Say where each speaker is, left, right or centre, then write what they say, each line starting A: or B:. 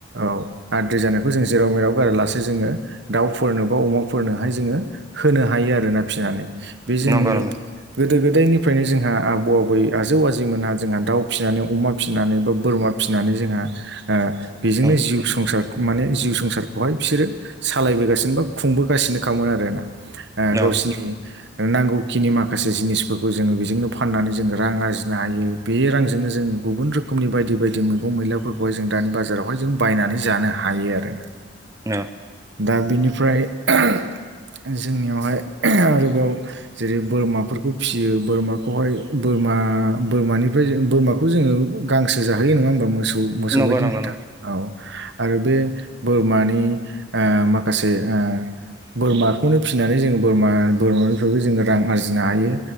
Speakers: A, on the right; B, on the right.
A: औ आद्रि जानायखौ जों जेराव मेराव गारा लासे जोङो दाउफोरनो बा अमाफोरनोहाय जोङो होनो हायो आरोना फिनानै बे जोंनि
B: नंगौ नंगौ
A: गोदो गोदायनिफ्रायनो जोंहा आबौ आ बै आजौ आजै मोनहा जोंहा दाउ फिनानै अमा फिनानै बा बोरमा फिनानै जोंहा ओ बेजोंनो
B: औ
A: जिउ संसार माने जिउ संसारखौहाय बिसोरो सालायबोगासिनो बा खुंबोगासिनोखामोन आरोना ओ गावसिनि
B: औ
A: नांगौखिनि माखासे जिनिसफोरखौ जोङो बेजोंनो फाननानै जोङो रां आरजिनो हायो। बे रांजोंनो जों गुबुन रोखोमनि बायदि बायदि मैगं मैलाफोरखौहाय जों दानि बाजारावहाय जों बायनानै जानो हायो आरोना
B: नो
A: दा बिनिफ्राय जोंनियावहाय आरोबाव जेरै बोरमाफोरखौ फिसियो बोरमाखौहाय बोरमा बोरमानिफ्राय जों बोरमा जोङो गांसो जाहोयो नङा होमबा मोसौ औ मोसौ
B: नंगौ
A: बायदि
B: नंगौ
A: नोंथां
B: नंगौ
A: औ आरो बे बोरमानि ओ माखासे बे ओ बोरमाखौनो फिनानै जोङो बोरमा बोरमानिफ्रायबो जोङो रां आरजिनो हायो।